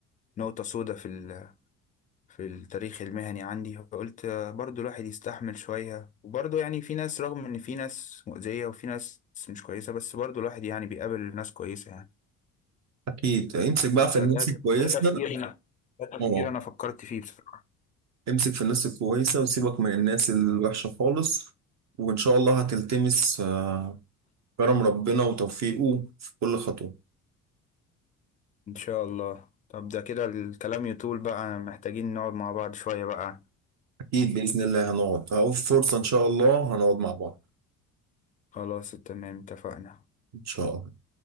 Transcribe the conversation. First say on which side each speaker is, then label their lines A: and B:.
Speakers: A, on the left (about 20°); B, on the right (about 40°).
A: نقطة سودة في ال... في التاريخ المهني عندي فقلت آه، برضو الواحد يستحمل شوية وبرضو يعني في ناس رغم ان في ناس مؤذية وفي ناس مش كويسة بس برضو الواحد يعني بيقابل ناس كويسة يعني
B: اكيد امسك بقى في
A: فده
B: الناس الكويسه
A: ده تفكير انا ده تفكير
B: اه
A: انا فكرت فيه بصراحة
B: امسك في الناس الكويسه وسيبك من الناس الوحشه خالص وان شاء الله هتلتمس آه، كرم ربنا وتوفيقه في كل خطوه
A: إن شاء الله طب ده كده الكلام يطول بقى محتاجين نقعد مع بعض شوية بقى
B: اكيد باذن الله هنقعد او فرصه ان شاء الله هنقعد مع بعض
A: خلاص تمام اتفقنا
B: ان شاء الله